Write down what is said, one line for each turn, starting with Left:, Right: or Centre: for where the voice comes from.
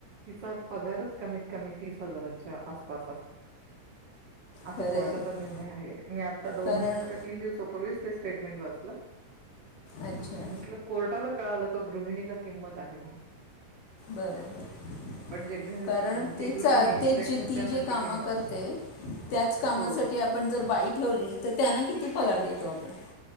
Right: तिचा पगारच कमी कमी तीसं हजारांच्या आंसपांस असं
Left: खरं
Right: कोटांचा
Left: आहे
Right: निर्णय आहे मी आतां दोन
Left: कारण
Right: तीनं तीनं दिवसांपूर्वीचं ते स्टेटमेंट वाचलं
Left: अच्छा
Right: म्हटलं कोर्टालां कळालं की गृहिणींलां किंमत आहे म्हणूंन
Left: बरंच झालं
Right: पण जे घर
Left: करं ते
Right: जी गृहिणी
Left: तेचं
Right: आहे तिच्या घरच्यांना
Left: ती जी कामं
Right: किंमत
Left: करतें
Right: नाही.
Left: त्याचं कामांसाठी
Right: हो,
Left: आपणं जरं बाई ठेवली तरं त्यांनां किती पगांर देतो आपणं